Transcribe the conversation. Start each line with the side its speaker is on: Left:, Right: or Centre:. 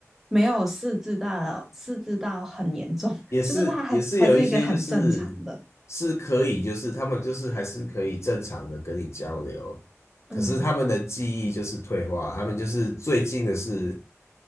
Centre: 没有四智到四智到很严重，<laughs>
Left: 也是也是有一些就是
Centre: 就是他还还是一个很正常的。
Left: 是可以就是他们就是还是可以正常的跟你交流，可是他们的记忆就是退化，
Centre: 嗯
Left: 他们就是最近的是。